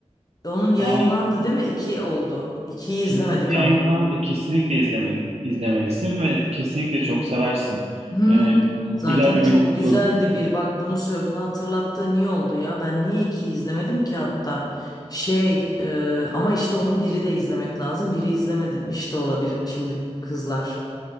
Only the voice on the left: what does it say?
Onun yayınlandı
değil mi? İki oldu. İkiyi
izlemedik
ama.
Hmm,
zaten
çok
güzeldi
bir. Bak bunu sö- bunu hatırlattığın iyi oldu ya. Ben niye iki izlemedim ki hatta? Şey e, ama işte onun biri de izlemek lazım. Biri izlemedim işte olabilir şimdi kızlar.